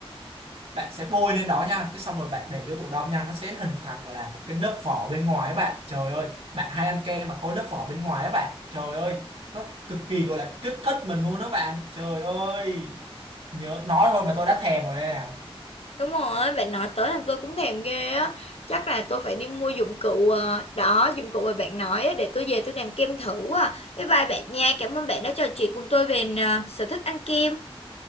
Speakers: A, on the right; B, on the left.
A: bạn sẽ bôi lên đó nha cái xong rồi bạn để vô tủ đông nha nó sẽ hình thành gọi là một cái lớp vỏ bên ngoài á bạn trời ơi bạn hay ăn kem mà có lớp vỏ bên ngoài á bạn trời ơi nó cực kỳ gọi là kích thích mình luôn đó bạn trời ơi nhớ nói thôi mà tôi đã thèm rồi đây nè
B: Đúng rồi, bạn nói tới làm tôi cũng thèm ghê á. Chắc là tôi phải đi mua dụng cụ ờ, đó, dụng cụ mà bạn nói á, để tôi về tôi làm kem thử à. Bye bye bạn nha, cảm ơn bạn đã trò chuyện cùng tôi về ờ, sở thích ăn kem.